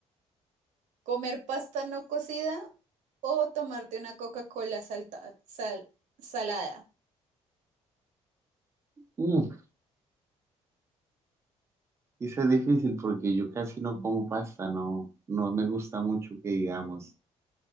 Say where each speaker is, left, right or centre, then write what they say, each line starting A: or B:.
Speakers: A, on the right; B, on the right.
A: comer pasta no cocida o tomarte una Coca-Cola salta- sal- salada.
B: Uf, eso es difícil porque yo casi no como pasta, no, no me gusta mucho que digamos.